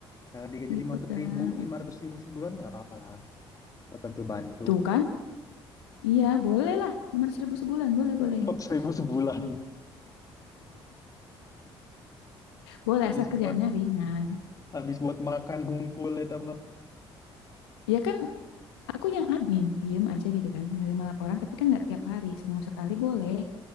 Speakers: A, on the left (about 25°); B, on the left (about 75°).
A: Kalau digaji
B: gitu
A: lima ratus
B: kan.
A: ribu, lima ratus ribu sebulan nggak apa-apa lah. Buat bantu-bantu.
B: Tuh kan? Iya, boleh lah. lima ratus ribu sebulan, boleh, boleh.
A: Empat ribu sebulan.
B: Boleh,
A: Habis
B: asal
A: buat
B: kerjaannya ringan.
A: habis buat makan hungkul itu mah.
B: Ya kan, aku yang admin, diem aja gitu kan. Menerima laporan, tapi kan nggak tiap hari. Seminggu sekali boleh.